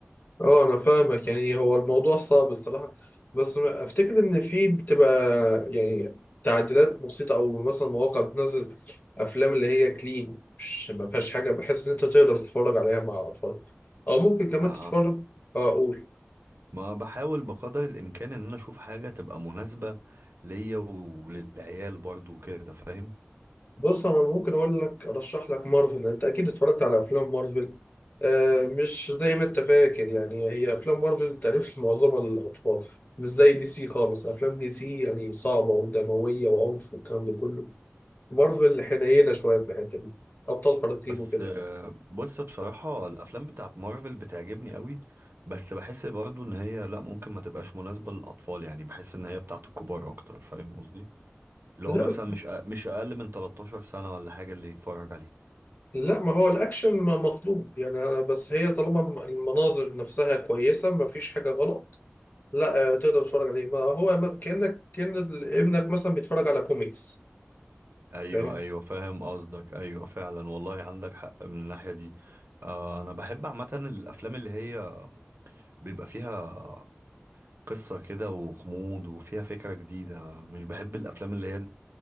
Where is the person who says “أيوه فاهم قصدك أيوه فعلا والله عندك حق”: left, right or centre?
Right